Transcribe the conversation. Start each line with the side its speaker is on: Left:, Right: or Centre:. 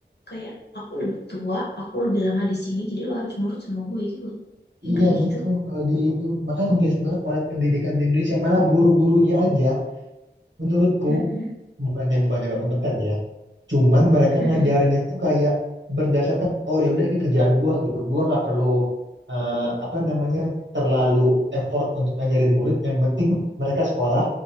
Left: kayak aku lebih tua aku lebih lama di sini jadi lo harus nurut sama gue gitu loh yang
Right: Iya
Left: kayak
Right: gitu
Left: gitu
Right: kalau di itu makanya miris banget oleh pendidikan di Indonesia malah guru-gurunya aja menurutku
Left: Mm-mm,
Right: bukannya bukannya nggak kompeten ya. Cuman mereka
Left: mm-mm,
Right: ngajarnya tuh kayak berdasarkan oh ya udah ini kerjaan gua gitu. Gua nggak perlu eh, apa namanya terlalu effort untuk ngajarin murid yang penting mereka sekolah